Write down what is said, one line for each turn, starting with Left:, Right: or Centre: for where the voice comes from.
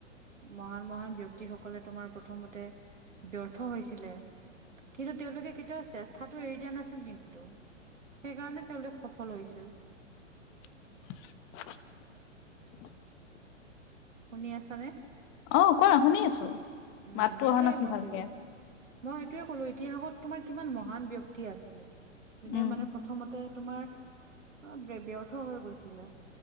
Right: মহান মহান ব্যক্তিসকলে তোমাৰ প্ৰথমতে ব্যৰ্থ হৈ হৈছে। কিন্তু তেওঁলোকে কেতিয়াও চেষ্টাটো এৰি দিয়া নাছিল কিন্তু। সেইকাৰণে তেওঁলোক সফল হৈছিল।
Left: <unintelligible>
Right: শুনি আছানে?
Left: অ কোৱা শুনি আছো।
Right: উম
Left: মাততো
Right: সেইটোয়ে
Left: অহা নাছিল
Right: মই
Left: ভালকে
Right: কলো। মই সেইটোৱে ক'লো ইতিহাসত তোমাৰ কিমান মহান ব্যক্তি আছিলে যোনে
Left: উম
Right: মানে প্ৰথমতে তোমাৰ অ ব্যৰ্থ হৈ গৈছিলে।